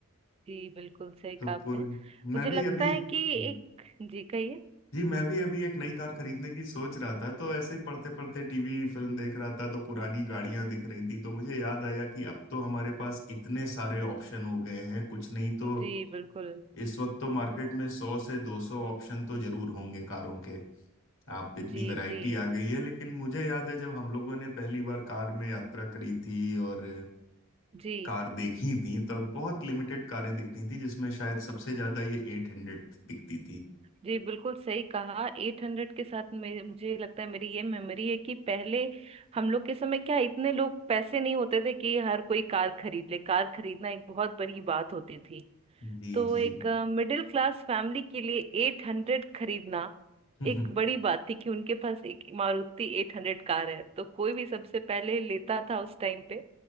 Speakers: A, on the right; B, on the left.
A: जी बिल्कुल सही कहा
B: तो
A: आपने
B: पूरे मैं
A: मुझे
B: भी
A: लगता
B: अभी
A: है
B: हम्म,
A: कि एक जी कहिए
B: जी मैं भी अभी एक नई कार खरीदने की सोच रहा था तो ऐसे ही पढ़ते पढ़ते टीवी फिल्म देख रहा था तो पुरानी गाड़ियां दिख रही थी तो मुझे याद आया कि अब तो हमारे पास इतने सारे ऑप्शन हो गए हैं कुछ नहीं तो
A: जी बिल्कुल
B: इस वक्त तो मार्केट में सौ से दो सौ ऑप्शन तो जरूर होंगे कारों के आप इतनी
A: जी
B: वैरायटी
A: जी
B: आ गई है लेकिन मुझे याद है जब हम लोगों ने पहली बार कार में यात्रा करी थी और
A: जी
B: कार देखी थी तब बहुत लिमिटेड कारें दिखती थी जिसमें शायद सबसे ज्यादा ये एट हंड्रेड दिखती थी
A: जी बिल्कुल सही कहा 800 के साथ मे मुझे लगता है मेरी ये मेमोरी है कि पहले हम लोग के समय क्या इतने लोग पैसे नहीं होते थे कि हर कोई कार खरीद ले कार खरीदना एक बहुत बड़ी बात होती थी
B: जी
A: तो
B: जी
A: एक मिडिल क्लास फैमिली के लिए एट हंड्रेड खरीदना
B: <laughs>
A: एक बड़ी बात थी कि उनके पास एक मारुति एट हंड्रेड कार है तो कोई भी सबसे पहले लेता था उस टाइम पे